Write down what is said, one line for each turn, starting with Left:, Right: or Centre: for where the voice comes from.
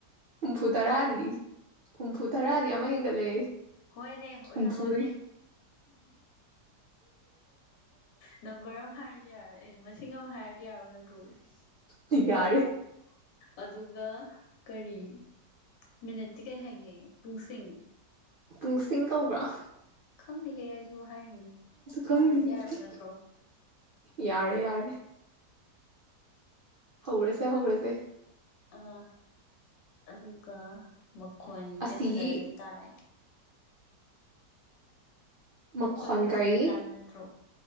Right: ꯍꯨꯝꯐꯨ ꯇꯔꯥꯗꯤ ꯍꯨꯝꯐꯨꯠ ꯇꯔꯥꯗꯤ ꯑꯃ ꯍꯦꯟꯒꯠꯂꯦ
Left: ꯍꯣꯏꯅꯦ ꯑꯣꯏꯍꯜꯂꯣꯅꯦ
Right: ꯍꯨꯝꯐꯨꯗꯒꯤ
Left: ꯅꯝꯕꯔ ꯑꯃ ꯍꯥꯏꯔꯗꯤ ꯌꯥꯔꯦ ꯑꯦ ꯃꯁꯤꯡ ꯑꯃ ꯍꯥꯏꯔꯗꯤ ꯌꯥꯔꯕ ꯅꯠꯇ꯭ꯔꯣ
Right: ꯌꯥꯔꯦ
Left: ꯑꯗꯨꯒ ꯀꯔꯤ ꯃꯤꯅꯠꯇꯤ ꯀꯩ ꯍꯥꯏꯒꯦ ꯄꯨꯡꯁꯤꯡ
Right: ꯄꯨꯡꯁꯤꯡ ꯀꯧꯕ꯭ꯔꯣ ꯑ
Left: ꯈꯪꯗꯦꯍꯦ ꯑꯩꯖꯨ ꯍꯥꯏꯅꯤ
Right: ꯈꯪꯗꯦ
Left: ꯃꯥꯜꯂꯗꯤ
Right: ꯑꯗꯨꯗꯤ
Left: ꯌꯥꯔꯕ ꯅꯠꯇ꯭ꯔꯣ
Right: ꯌꯥꯔꯦ ꯌꯥꯔꯦ ꯍꯧꯔꯁꯦ ꯍꯧꯔ ꯇꯦ
Left: ꯑꯥ ꯑꯗꯨꯒ ꯃꯈꯣꯟꯖꯦ
Right: ꯑꯁꯤꯒꯤ
Left: ꯐꯖꯅꯗꯤ ꯇꯥꯏ
Right: ꯃꯈꯣꯟ
Left: ꯀꯣꯟꯁꯦ ꯐꯖꯅꯗꯤ
Right: ꯀꯔꯤ
Left: ꯇꯥꯕ ꯅꯠꯇ꯭ꯔꯣ